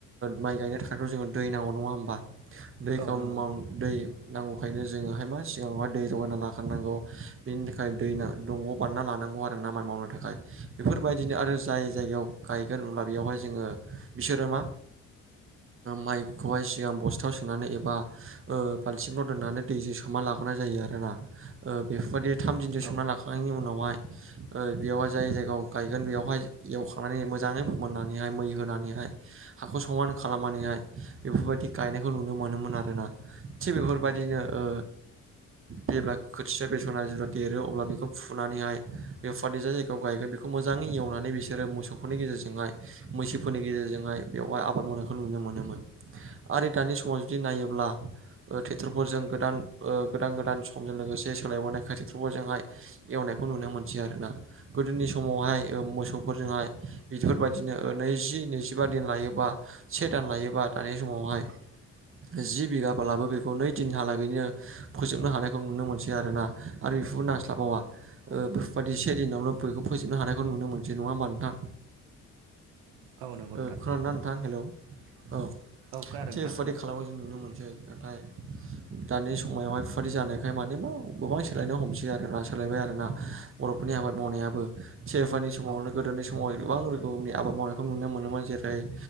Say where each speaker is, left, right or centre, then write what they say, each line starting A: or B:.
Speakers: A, on the right; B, on the right.
A: माइ गायनो थाखायाथ' जोंङो दै नांगौ नङा होमबा दै
B: औ
A: गाव
B: नंगौ
A: माव दै नांगौखायनो जोंङोहाय मा सिगाङावहाय दै जगायना लाखानांगौ बेनि थाखाय दैमा दंग' बानायना लानांगौ आरोना आबाद मावनो थाखाय बेफोरबायदिनो आरो जाय जायगायाव गायगोन होनब्ला बेयावहाय जोंङो बिसोरो मा माइखौहाय सिगां बस्थायाव सोनानै एबा ओ बालथिंफ्राव दोननानै दैजों सोमना लागोनाय जायो आरोना बेफोरबायदि थाम दिनजों
B: औ
A: सोमना ला खांनायनि उनावहाय ओ बेवहाय जाय जायगायाव गायगोन बेवहाय एवखांनानै मोजाङै फोमोननानैहाय मै होनानैहाय हाखौ समान खालामनानैहाय बेफोरबायदि गायनायखौ नुनो मोनोमोन आरोना। थिग बेफोरबायदिनो
B: औ
A: ओ जेब्ला खोथिया बेसना जेब्ला देरो अब्ला बेखौ फुनानैहाय बे फोर बादि जायगायाव गायगोन बेखौ मोजाङै एवनानै बिसोरो मोसौफोरनि गेजेरजोंहाय मैसोफोरनि गेजेरजोंहाय बेवहाय आबाद मावनायखौ नुनो मोनोमोन। आरो दानि समाव जुदि नायोब्ला। ओ ट्रेक्टरफोरजों गोदान ओ गोदान गोदान समजों लोगोसे सोलायबोनायखाय ट्रेक्टरफोरजोंहाय। एवनायखौ नुनो मोनसै आरोना गोदोनि समावहाय मोसौफोरजोंहाय बेफोरबायदिनो नैजि नैजिबा दिन लायोबा से दान लायोबा दानि समावहाय जि बिगाबलाबो बेखौ नै दिनहालागैनो। फोजोबनो हानायखौ नुनो मोनसै आरोना। आरो बेखौबो नांस्लाबावा। ओ बेफोर बादि से दिनावनो बेखौ फोजोबनो हानायखौ नुनो मोनसै नङा होमबा नोंथां?
B: औ नंगौ नोंथां
A: ओ खोनाना नोंथां हेलौ' औ
B: औ खोनादों
A: थिग
B: नोंथां
A: बेफोरबायदि
B: खोनादों
A: खालानायमो जों नुनो मोनसै। नाथाय। दानि समायावहाय बेफोरबादि जानायखाय माने बबावबा बबावबा सोलायनो हमसै आरोना सोलायबाय आरोना। बर'फोरनि आबाद मावनायाबो से एफानि समावनो
B: औ
A: गोदोनि समाव गोबां रोखोमनि आबाद मावनायखौ नुनो मोनोमोन जेरै-